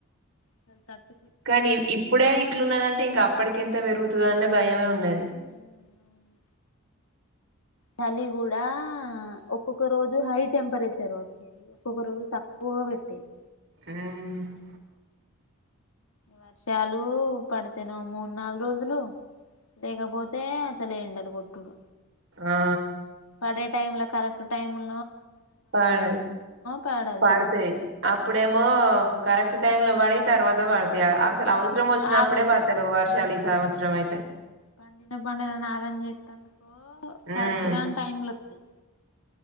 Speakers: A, on the left (about 85°); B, on the right (about 60°).
A: అస్సలు తట్.
B: కానీ ఇప్పుడే ఇట్లున్నదంటే ఇంకా అప్పటికి ఎంత పెరుగుతుంది. నే భయమే ఉన్నది.
A: హుమ్ అవును. చలి కూడా ఒక్కొక్క రోజు హై టెంపరేచర్ వచ్చేది ఒక్కొక్క రోజు తక్కువ పెట్టేది.
B: ఉమ్.
A: వర్షాలు పడితేనేమో మూడ్ నల్రోజులు రోజులు లేకపోతే అస్సలే ఎండలు కొట్టుడు.
B: ఆ
A: పదే. టైమ్ల కరెక్ట్ టైమ్ ఉ
B: పాడ
A: పడలేదు
B: పాడుతే అప్పుడేమో కరెక్ట్ టైమ్ల వాడి తర్వాత వాళ్దు <unintelligible> ఇది అసలు
A: పడతాయి
B: అవసరం వచ్చినప్పుడే
A: ఆగం
B: పడతాలేవు వర్షాలు ఈ సంవత్సరం అయితే
A: పండిన పంటలను ఆగం చేస్తందుకు కరెక్ట్
B: ఉమ్
A: గా టైంలు <unintelligible>